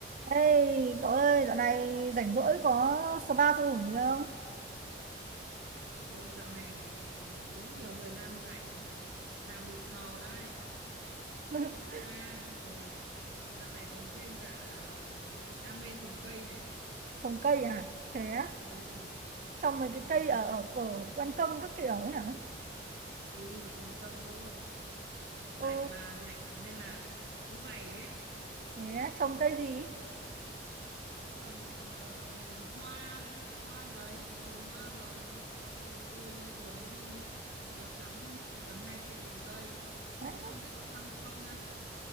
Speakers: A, on the right; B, on the right.
A: Ê, cậu ơi, dạo này rảnh rỗi có spa sao hủng gì không?
B: Ôi dạo này đúng nhiều thời gian rảnh làm đủ trò đây đi
A: <laughs>
B: spa rồi dạo này còn thêm cả ờ, đam mê trồng cây này
A: Trồng cây à? Thế á?
B: ừ
A: Trồng
B: dạo
A: mấy
B: này
A: cái
B: trồng
A: cây ở ở ở ban công các kiểu ấy hả?
B: ừ trồng chậu thôi rảnh
A: Ừ,
B: mà rảnh nên là cứ vậy ấy
A: thế á, trồng cây gì?
B: trồng ờ, hoa hoa giấy rồi hoa hồng ôi tôi vừa mới đi ờ, sắm hết gần 2 triệu tiền cây
A: Đấy,
B: <laughs> không biết có chăm được không đây